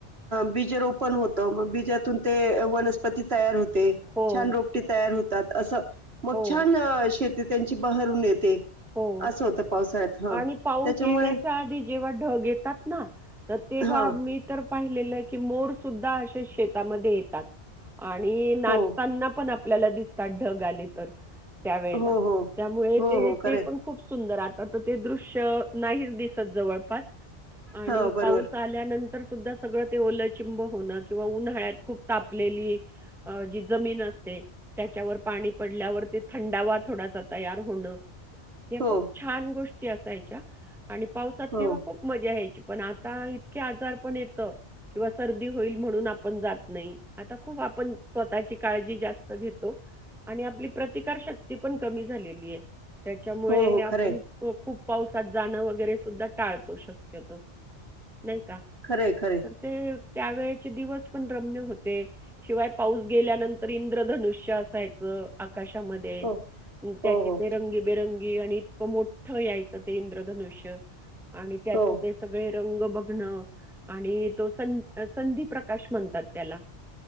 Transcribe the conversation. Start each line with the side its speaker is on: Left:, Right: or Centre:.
Right: बीज रोपण होत मग बिजातून ते वनस्पती तयार होत.
Centre: हो,
Right: छान रोपटी तयार होते. त्यात असं. मग
Centre: हो,
Right: छान शेतीत त्यांची बहरून येते.
Centre: हो.
Right: असं होतं पावसाळ्यात हा
Centre: आणि पाऊस
Right: त्याच्यामुळे.
Centre: येण्याच्या आधी जेव्हा ढग येतात ना. तेव्हा
Right: हा
Centre: मी तर. पाहिलेलं की मोर सुद्धा अशे शेताध्ये येतात. आणि नाचताना
Right: हो
Centre: पण आप आपल्याला दिसतात ढग आले तर. त्यावेळेला.
Right: हो हो
Centre: त्यामुळे
Right: हो
Centre: ते
Right: हो
Centre: ते
Right: खरे हाय.
Centre: पण खूप सुंदर आता तर ते दृश्य नाहीच, दिसत जवळपास. आणि
Right: हा बरोबर
Centre: पाऊस आल्यानंतर सुद्धा सगळं ते ओल चिंब होणं किंवा उन्हाळ्यात खुप तापलेली अ जी जमीन असते. त्याच्यावर पाणी पल्यावर ते थंडावा थोडासा तो तयार होणं. या
Right: हो
Centre: खूप छान गोष्टी ते असायच्या. आणि पावसात
Right: हो
Centre: तेव्हा खूप मजा यायची. पण आता इतके आजार पण येत किंवा सर्दी होईल म्हणून आपण जात नाही. आता खूप आपण स्वतःची काळजी जास्त घेतो आणि आपली प्रतिकार शक्ती पण. कमी झालेली आहे. त्या त्याच्यामुळे
Right: हो हो
Centre: नि आपण
Right: खरंय
Centre: खूप. पावसात जाणं वगैरे सुद्धा टाळतो शक्यतो. नाही का?
Right: खरंय खरंय
Centre: तर ते. त्यावेळेचे दिवस पण रम्य होते. शिवाय पाऊस गेल्यानंतर इंद्रधनुष्य असायच. आक... आकाशामध्ये
Right: हो
Centre: त्याचे
Right: हो हो
Centre: ते रंगी रंगी आणि इतकं मोठं यायचं ते इंद्रधनुष्य. आणि त्याचं
Right: हो
Centre: ते सगळे रंग बघणं आणि तो संध संधी प्रकाश म्हणतात त्याला.